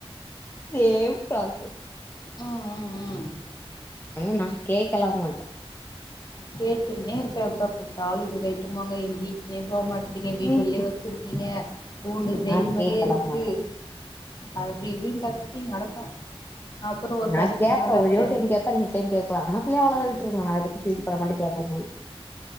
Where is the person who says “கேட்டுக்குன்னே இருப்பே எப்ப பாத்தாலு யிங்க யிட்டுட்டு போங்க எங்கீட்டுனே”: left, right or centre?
Left